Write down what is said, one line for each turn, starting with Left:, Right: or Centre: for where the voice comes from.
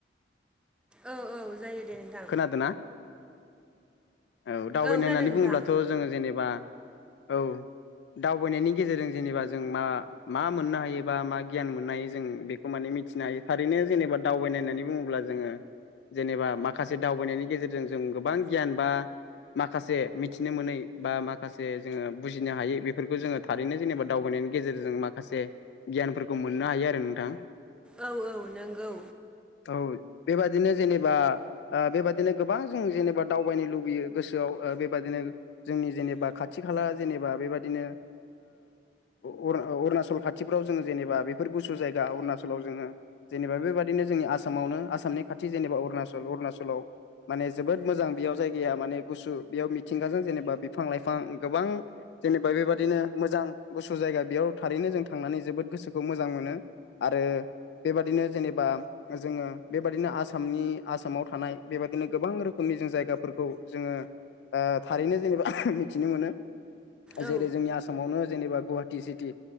Centre: औ -औ जायो दे नोंथां
Left: खोनादों ना औ दावबायनो
Centre: खोनादों
Left: होननानै
Centre: नोंथां
Left: बुङोब्लाथ' जोङो जेनेबा औ दावबायनायनि गेजेरजों जेनेबा जों मा मा मोननो हायोबा मा गियान मोननो हायो जों बेखौ माने मिथिनो हायो थारैनो जेनेबा दावबायनाय होननानै बुङोब्ला जोङो जेनेबा मा माखासे दावबायनायनि गेजेरजों जों गोबां गियान बा माखासे मिथिनो मोनै बा माखासे जोङो बुजिनो हाय बेफोरखौ जोङो थारैनो जेनेबा दावबायनायनि गेजेरजों माखासे गियानफोरखौ मोननो हायो आरो नोंथां
Centre: औ-औ नंगौ
Left: औ बेबादिनो जेनेबा बेबादिनो गोबां जों जेनेबा दावबायनो लुबैयो गोसोआव बेबादिनो जोंनि जेनेबा खाथि खाला जेनेबा बेबादिनो अरुणाचल खाथिफ्राव जोङो जेनेबा बेफोर गुसु जायगा अरुणाचलाव जोङो जेनेबा बेबादिनो जोंनि आसामावनो आसामनि खाथि जेनेबा अरुणाचल अरुणाचलाव माने जोबोद मोजां बेयाव जायगाया माने गुसु बेयाव मिथिंगाजों जेनेबा बिफां लाइफां गोबां जेनेबा बेबादिनो मोजां गुसु जायगा बेयाव थारैनो जों थांनानै जोबोद गोसोखौ मोजां मोनो आरो बेबादिनो जेनेबा जोङो बेबादिनो आसामनि आसामाव थानाय बेबादिनो गोबां रोखोमनि जों जायगाफोरखौ जोङो थारैनो जेनेबा मिथिनो मोनो
Centre: औ
Left: जेरै जोंनि आसाम आसामावनो जेनेबा गुवाहाटि सिटि